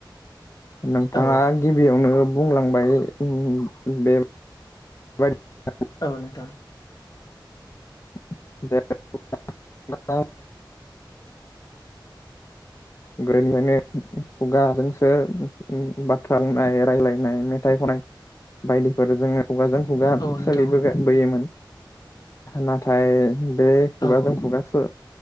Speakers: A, on the left; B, on the left.
A: नोंथाङा
B: औ
A: गिबियावनो बुंलांबाय ओम बे बा <unintelligible>
B: औ नोंथां।
A: <unintelligible> गोदोनिफ्रायनो खुगाजोंसो बाथ्रा बुंनाय रायलायनाय मेथाइ खन नाय बायदिफोर जोङो खुगाजों खुगा
B: औ नोंथां
A: सोलिबोगा बोयोमोन नाथाय बे खुगाजों
B: औ
A: खुगासो